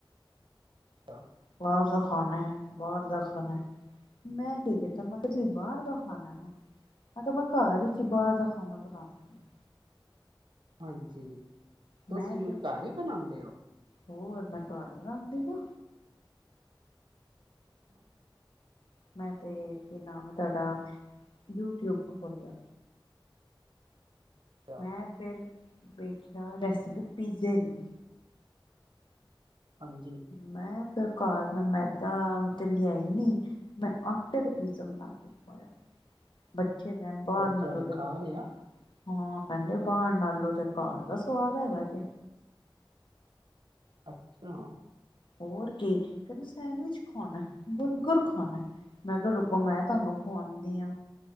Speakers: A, on the right; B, on the left.
A: ਅੱਛਾ
B: ਬਾਹਰ ਦਾ ਖਾਣਾ ਐ ਬਾਹਰ ਦਾ ਖਾਣਾ ਐ ਮੈਂ ਕੀ ਕੀਤਾ ਮੈਂ ਕਿਹਾ ਤੁਸੀਂ ਬਾਹਰ ਦਾ ਖਾਣਾ ਨਾ ਹਾਂ ਤੇ ਮੈਂ ਘਰ ਹੀ ਚ ਬਾਹਰ ਦਾ ਖਾਣਾ ਬਣਾ <unintelligible>
A: ਹਾਂਜੀ ਤੁਸੀਂ
B: ਮੈਂ
A: ਵੀ
B: ਤੇ
A: ਘਰ ਈ ਬਣਾਉਂਦੇ ਓ
B: ਹੋਰ ਮੈਂ ਘਰ ਬਣਾਉਂਦੀ ਆਂ
A: ਹਾਂ
B: ਮੈਂ ਤੇ ਕੀ ਨਾਮ ਐ ਤੁਹਾਡਾ ਯੂਟਿਊਬ ਖੋਲਿਆ
A: ਅੱਛਾ
B: ਮੈਂ ਫਿਰ ਵੇਖਿਆ ਰੈਸਿਪੀ ਪੀਜ਼ੇ ਦੀ
A: ਹਾਂਜੀ
B: ਮੈਂ ਤੇ ਘਰ ਮੈਂ ਮੈਦਾ ਤੇ ਲਿਆਈ ਨੀ ਮੈਂ ਆਟੇ ਦਾ ਪੀਜ਼ਾ ਬਣਾ ਕੇ ਖਵਾਇਆ ਬੱਚੇ ਕਹਿਣ ਬਾਹਰ
A: ਬੱਚਿਆਂ
B: <unintelligible>
A: ਨੇ ਖਾ ਲਿਆ
B: ਹਾਂ ਕਹਿੰਦੇ ਬਾਹਰ ਨਾਲੋਂ ਤੇ ਘਰ ਦਾ ਸਵਾਦ ਹੈਗਾ ਜੇ
A: ਅੱਛਾ
B: ਹੋਰ ਕੀ ਕਹਿੰਦੀ ਸੈਂਡਵਿਚ ਖਵਾਉਣਾ ਬੁਰਗਰ ਖਾਣਾ ਮੈਂ ਕਿਹਾ ਰੁਕੋ ਮੈਂ ਤੁਹਾਨੂੰ ਖਵਾਉਂਦੀ ਆਂ